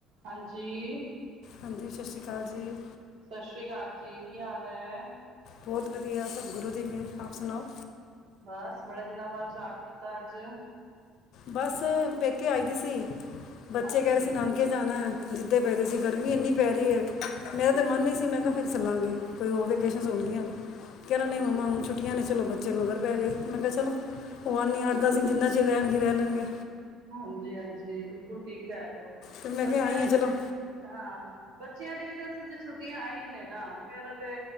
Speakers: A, on the right; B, on the left.
A: ਹਾਂਜੀ।
B: ਹਾਂਜੀ ਸਸ ਸ਼੍ਰੀ ਕਾਲ ਜੀ।
A: ਸਸ਼ ਸ਼੍ਰੀ ਕਾਲ ਜੀ, ਕੀ ਹਾਲ ਐ?
B: ਬੋਤ ਵਦੀਆ ਸਭ ਗੁਰੂ ਦੀ ਮੇਰ, ਆਪ ਸੁਨਾਓ?
A: ਬਸ, ਬੜੇ ਦਿਨਾਂ ਬਾਦ ਯਾਦ ਕੀਤਾ ਅੱਜ।
B: ਬਸ ਪੇਕੇ ਆਈ ਦੀ ਸੀ, ਬੱਚੇ
A: ਅੱਛਾ
B: ਕੈ ਰੇ ਸੀ ਨਾਨਕੇ ਕੇ ਜਾਨਾ ਐ, ਜਿੱਦੇ ਪਏ ਦੇ ਸੀ ਗਰਮੀ ਏਨੀ ਪੈ ਰੀ ਏ, ਮੇਰਾ ਤੇ ਮਨ ਨਈ ਸੀ, ਮੈਂ ਕੇਹਾ ਫੇਰ ਚਲਾਂਗੇ। ਕੋਈ ਹੋਰ ਵਿਕੇਸ਼ਨਸ ਹੋਨ ਗਿਆਂ, ਕੈ ਰੇਆ ਨਈ ਮੰਮਾ ਹੁਨ ਛੁੱਟੀਆਂ ਨੇ ਚਲੋ, ਬੱਚੇ ਮਗਰ ਪੈ ਗਏ, ਮੈਂ ਕੇਆ ਚਲੋ। ਹੋ ਆਨੀ ਆ ਅਠ-ਦਸ ਦਿਨ ਜਿਨਾ ਚਿਰ ਰੈਨ ਗੇ ਰੈਲਨ ਗੇ।
A: ਹਾਂਜੀ-ਹਾਂਜੀ, ਬਿਲਕੁਲ ਠੀਕ ਕੈ ਰੇ ਓ,
B: ਤੇ ਮੈਂ
A: ਬੱਚੇਆਂ
B: ਕਿਹਾ ਆਈ ਹਾਂ ਚਲੋ
A: ਹਾਂ, ਬੱਚੇਆਂ ਦੀ ਵੀ ਤੇ ਅਸਲ 'ਚ ਛੁੱਟੀਆਂ ਐਈ ਨੇ ਨਾ ਫੇਰ ਤੇ